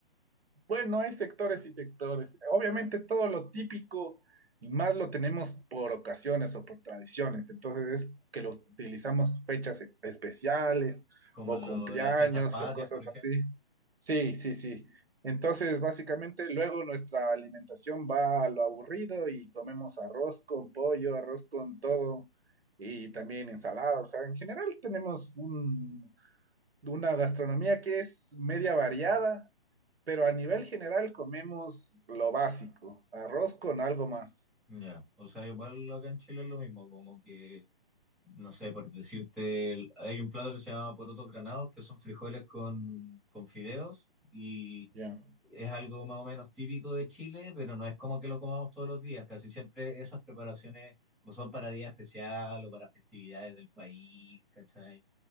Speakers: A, on the right; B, in the centre.
A: Bueno, hay sectores y sectores. Obviamente todo lo típico y más lo tenemos por ocasiones o por tradiciones. Entonces es que lo utilizamos fechas e- especiales
B: Como
A: o
B: en
A: cumpleaños
B: lo- las fiestas patrias,
A: o cosas
B: por ejemplo.
A: así. Sí, sí, sí. Entonces básicamente luego nuestra alimentación va a lo aburrido y comemos arroz con pollo, arroz con todo y también ensalada. O sea, en general tenemos un- una gastronomía que es media variada pero a nivel general comemos lo básico, arroz con algo más.
B: Ya, O sea, igual acá en Chile es lo mismo, como que. no sé, por decirte, hay un plato que se llama porotos granados, que son frijoles con, con fideos y
A: Ya,
B: es algo más o menos típico de Chile, pero no es como que lo comamos todos los días. Casi siempre esas preparaciones o son para día especial o para festividades del país, ¿cachai?